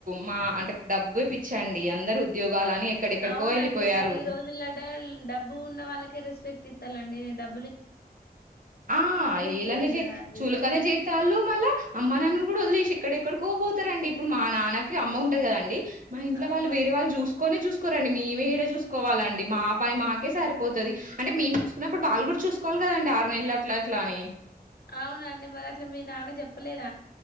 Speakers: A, on the right; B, on the left.
A: మా అంటే డబ్బు పిచ్చండి అందరు ఉద్యోగ వాలని ఎక్కడెక్కడికో
B: అవునండి.
A: వెళ్ళిపోయారు
B: మరి ఈ రోజుల్లో డబ్బు ఉన్న వాళ్ళే రెస్పెక్ట్ ఇస్తాలండి డబ
A: ఆ ఏలానే
B: చూస్తాల్లు
A: చే
B: గదా అండి.
A: చూలుకనే చేతలు మళ్ళా అమ్మ నన్న ఇప్పుడు వదిలేసి ఎక్కడెక్కడుకోపోతారండి ఇప్పుడు మా నాన్నకి అమ్మ ఉంటాయి కదండి మా ఇంట్లో
B: అవునండి.
A: వాళ్ళు వేరేళ్ళ చూస్త కొనే చూసుకోరండి మేమేడే చూసుకోవాలండి మా పని మాకే సరిపోతుది అంటే మేము చూసుకున్నప్పుడు వాళ్ళు కూడా చూ కోిలీ కదండి ఆరు నెలలు అట్లా అట్లా అని
B: అవునండి మరి అట్లా మీ నాన్న చెప్పలేద